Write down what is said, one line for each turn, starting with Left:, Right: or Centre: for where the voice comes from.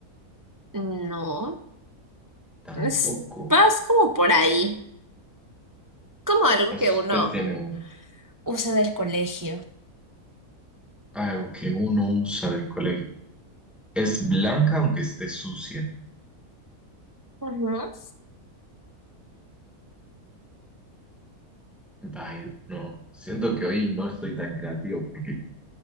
Right: no.
Centre: tampoco.
Right: Es, vas como por ahí, como algo
Centre: Ustedes
Right: que uno
Centre: tienen
Right: usa del colegio.
Centre: algo que uno usa del colegio. Es blanca aunque esté sucia.
Right: Ujú.
Centre: Vaya, no, siento que hoy no estoy tan creativo porque